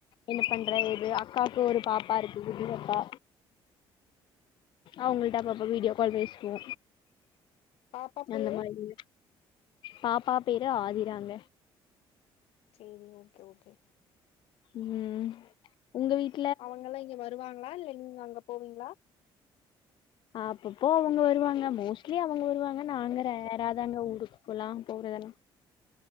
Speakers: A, on the left; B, on the left.
A: என்ன பண்றங்குது அக்காக்கு ஒரு பாப்பா இருக்கு குட்டிபாப்பா அவ்ங்கள்ட்ட அப்ப அப்ப வீடியோ கால் பேசுவோ
B: பாப்பா பேரு
A: அந்த மாரி பாப்பா பேரு ஆதிராங்க
B: சேரி ஓகே ஓகே
A: ம் உங்க வீட்
B: அவங்கலா இங்க வருவாங்களா இல்ல நீங்க அங்க போவீங்களா
A: அப்பப்போ அவுங்க வருவாங்க மோஸ்ட்லி அவுங்க வருவாங்க நாங்க ரேராதாங்க ஊருக்கு போலா போறதெல்லா